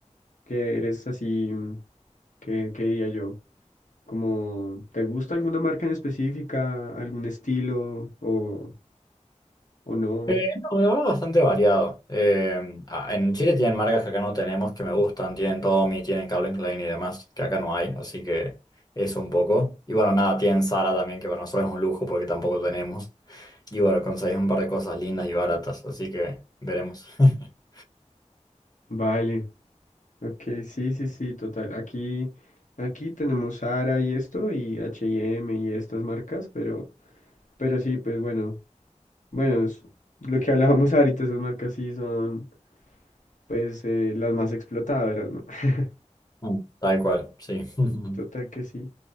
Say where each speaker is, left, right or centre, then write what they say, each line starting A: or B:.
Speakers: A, on the left; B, on the left.
A: que eres así, mm, qué, qué diría yo? Como, ¿te gusta alguna marca en específica, algún estilo o, o no?
B: Eh, no, la verdad, bastante variado. Eh, ah, en Chile tienen marcas que acá no tenemos, que me gustan. Tienen Tommy, tienen Calvin Klein y demás, que acá no hay. Así que eso un poco. Y bueno, nada, tienen Zara también, que para nosotros es un lujo porque tampoco tenemos. Y bueno, conseguís un par de cosas lindas y baratas. Así que veremos. <laughs>
A: Vale. Ok, sí, sí, sí, total. Aquí, aquí tenemos Zara y esto, y h y m y estas marcas, pero, pero sí, pues bueno, bueno, es lo que hablábamos <laughs> ahorita, esas marcas sí son, pues, eh, las más explotadoras, ¿no? <laughs>
B: Mm. Tal cual, sí. <laughs>
A: Total que sí.